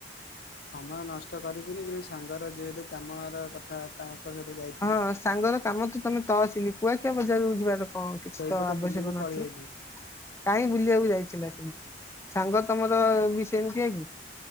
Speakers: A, on the left; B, on the left.
A: ସମୟ ନଷ୍ଟ କରିବିନି କିନ୍ତୁ ସାଙ୍ଗର ଯେହେତୁ କାମର କ ତା ତାଙ୍କ ସହିତ ଯାଇ
B: ହଁ ସାଙ୍ଗର କାମ ତ ତମେ ତହସିଲି କୁଆଖିଆ ବଜାରକୁ ଯିବାର କଣ କିଛି
A: ସେଇପଟେ
B: ତ ଆବଶ୍ୟକ
A: ବୁଲିକି
B: ନଥିଲା।
A: ପଳେଇ ଆଇଲୁ
B: କାହିଁ ବୁଲିବାକୁ ଯାଇଥିଲା ସେ ସାଙ୍ଗ ତମର ବି ସେମିତିଆ କି?